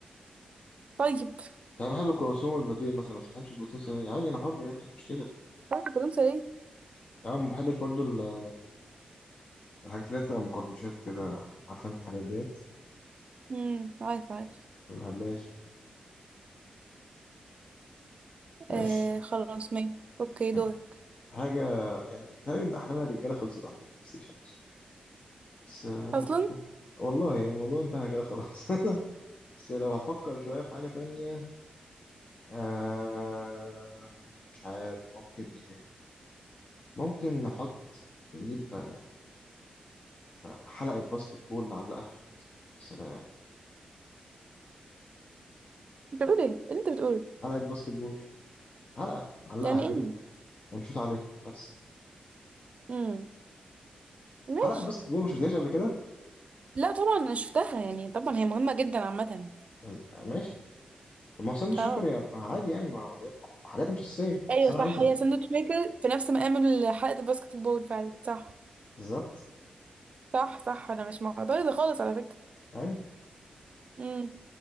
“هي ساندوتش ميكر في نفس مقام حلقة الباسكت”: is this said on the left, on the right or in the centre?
Right